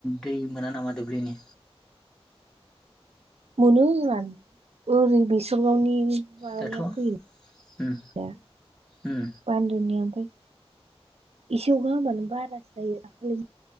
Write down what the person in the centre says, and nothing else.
दै मोना नामा दुब्लिनि
दाथ'
उम उम